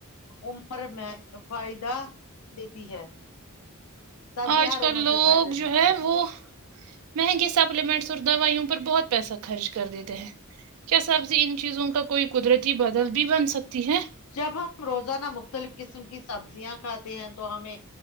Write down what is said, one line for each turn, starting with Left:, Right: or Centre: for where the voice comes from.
Left: عمر میں فائدہ دیتی ہے سبزی
Right: آج
Left: ہر
Right: کل
Left: عمر میں
Right: لوگ
Left: فائدہ
Right: جو
Left: دیتی
Right: ہے وہ مہنگے سپلیمنٹس اور دوائیوں پر بہت پیسہ خرچ کر دیتے ہیں کیا سبزی ان چیزوں کا کوئی قدرتی بدل بھی بن سکتی ہے
Left: جب ہم روزانہ مختلف قسم کی سبزیاں کھاتے ہیں تو ہمیں